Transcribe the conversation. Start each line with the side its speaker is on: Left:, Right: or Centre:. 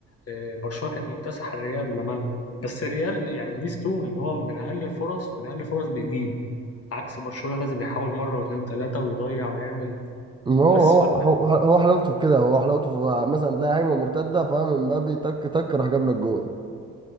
Left: آه برشلونه كانت مكتسحه الريال لما بس الريال يعني ميزته ان هو من اقل الفرص من اقل الفرص بيجيب عكس برشلونه لازم يحاول مره واثنين وثلاثه ويضيع ويعمل
Right: هو
Left: بس
Right: هو هو هو حلاوته في كده هو حلاوته في مثلا تلاقي هجمه مرتده فاهم مبابي تك تك راح جاب لك جون